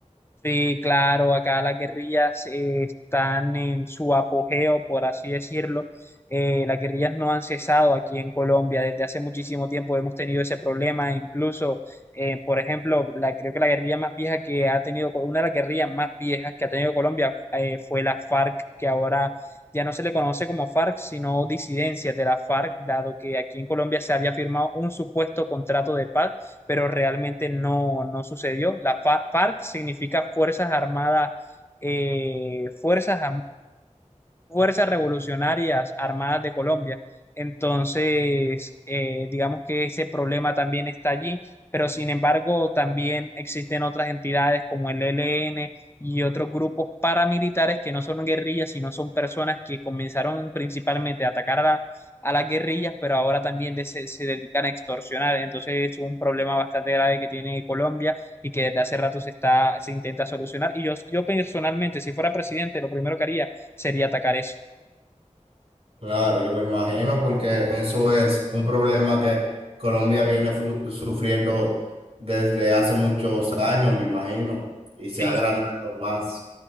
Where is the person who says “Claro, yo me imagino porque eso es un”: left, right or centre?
Right